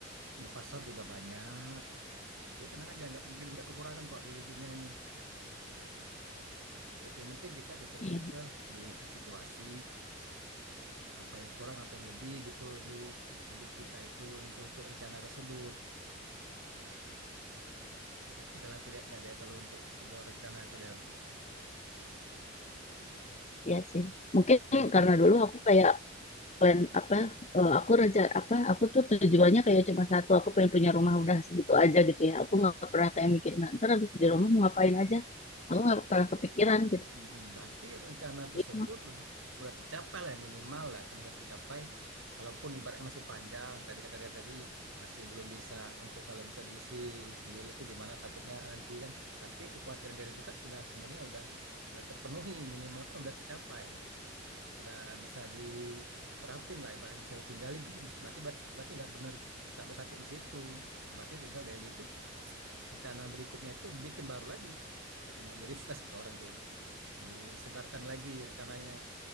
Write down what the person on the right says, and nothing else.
di pasar juga banyak dia tenang aja nggak nggak kekurangan kok di dunia ini itu yang penting kita pinter-pinter
melihat situasi apa yang kurang apa yang lebih gitu di hidup kita itu untuk untuk rencana tersebut itu kalau aku lihatnya deh kalau untuk sebuah rencana itu deh <clears throat>
Mm-mm.
Mm-mm. Berarti rencana tersebut
udah udah tercapai lah ya, minimal lah kan udah tercapai. Walaupun ibaratnya masih panjang, tadi kata dia tadi masih belum bisa untuk kalau misalnya diisi sendiri itu gimana takutnya nanti kan. Tapi kekhawatiran dari itu kan sudah sebenarnya udah udah terpenuhi minimal kan udah tercapai, udah bisa diterapin lah ibaratnya bisa ditinggalin kan bisa- berarti berarti udah bener sa- udah sampai di situ. Nah berarti tinggal daily itu rencana berikutnya itu bikin baru lagi atau enggak di refresh kata orang dulu disegarkan lagi rencananya